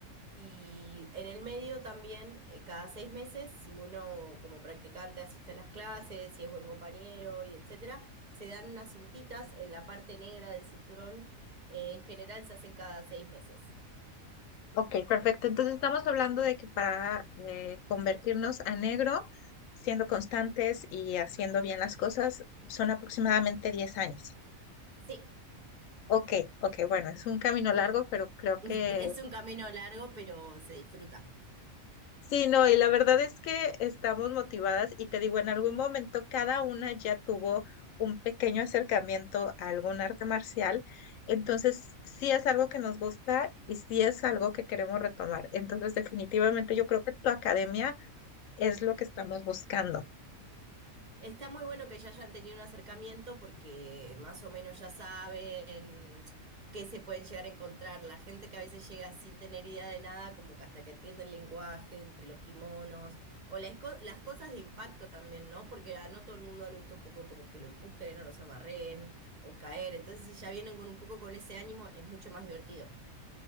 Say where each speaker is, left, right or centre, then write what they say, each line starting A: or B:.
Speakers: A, on the right (about 45°); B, on the left (about 70°).
A: Y en el medio también, eh, cada seis meses, si uno como practicante asiste a las clases, si es buen compañero y etcétera, se dan unas cintitas en la parte negra del cinturón. Eh, en general se hacen cada seis meses.
B: Ok, perfecto. Entonces estamos hablando de que para eh, convertirnos a negro, siendo constantes y haciendo bien las cosas, son aproximadamente 10 años.
A: Sí,
B: Ok, ok, bueno, es un camino largo, pero creo
A: <laughs>
B: que
A: es un camino largo, pero se disfruta.
B: sí, no, y la verdad es que estamos motivadas y te digo, en algún momento cada una ya tuvo un pequeño acercamiento a algún arte marcial, entonces sí es algo que nos gusta y sí es algo que queremos retomar. Entonces definitivamente yo creo que tu academia es lo que estamos buscando.
A: Está muy bueno que ya hayan tenido un acercamiento porque más o menos ya saben qué se pueden llegar a encontrar. La gente que a veces llega sin tener idea de nada, como que hasta que entiende el lenguaje entre los kimonos o las, co- las cosas de impacto también, ¿no? Porque a no todo el mundo le gusta un poco como que lo empujen o los amarren o caer. Entonces, si ya vienen con un poco con ese ánimo, es mucho más divertido.